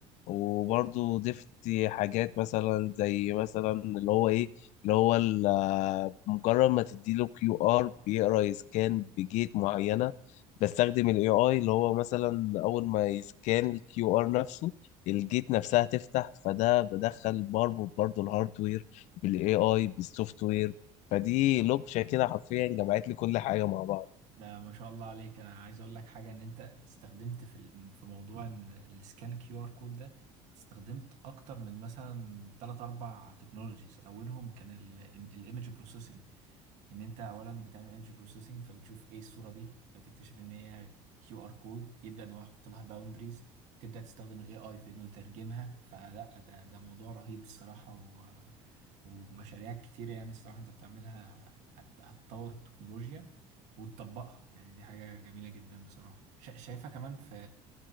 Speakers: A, on the left (about 65°); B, on the right (about 65°).
A: وبرضه ضفت حاجات مثلا زي مثلا اللي هو ايه اللي هو ال- مجرد ما تديله كيو ار بيقرا يسكان بجيت معينه بستخدم الاي اي اللي هو مثلا اول ما يسكان الكيو ار نفسه الجيت نفسها تفتح فده بدخل بربط برضه الهاردوير بالاي اي بالسوفت وير فدي لوكشه كده حرفيا جمعت لي كل حاجه مع بعض
B: ده ما شاء الله عليك انا عايز اقول لك حاجه ان انت استخدمت في الم- في موضوع إن السكان كيو ار كود ده استخدمت اكتر من مثلا 3 4 تكنولوجيز اولهم كان الايمج بروسيسنج ان انت اولا بتعمل ايمج بروسيسنج فبتشوف ايه الصوره دي فتكتشف ان هي كيو ار كود يبدا ان هو يحط لها باوندريز تبدا تستخدم الاي اي في انه يترجمها فلا ده ده موضوع رهيب الصراحه و... ومشاريع كتير يعني الصراحه انت بتعملها هت... هتطور التكنولوجيا وتطبقها يعني دي حاجه جميله جدا بصراحه شا... شايفها كمان في